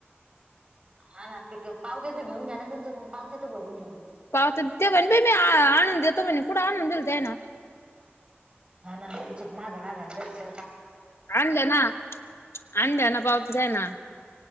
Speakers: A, on the right (about 25°); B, on the left (about 80°).
A: हा ना ते पावते तर घेऊ घ्या ना त्यांच्याकडून पावती तर भरून घेऊन
B: पाहत ते म्हणेे मी बाई मी आणून देतो म्हणे कुठं आणून देईल ते ना
A: हा ना त्याचे माग लागाना जरस
B: आणलं ना आणलं ना पावता जाना